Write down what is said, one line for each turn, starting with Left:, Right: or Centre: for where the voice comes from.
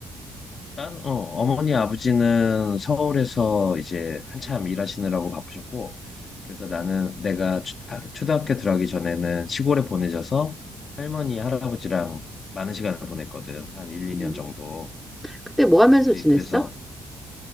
Left: 난 어, 어머니 아버지는 서울에서 이제 한참 일하시느라고 바쁘셨고 그래서 나는 내가 초- 아, 초등학교 들어가기 전에는 시골에 보내져서 할머니 할아버지랑 많은 시간을 보냈거든 한 1, 2년
Centre: 응.
Left: 정도
Centre: 그때 뭐 하면서
Left: 그리
Centre: 지냈어?
Left: 그래서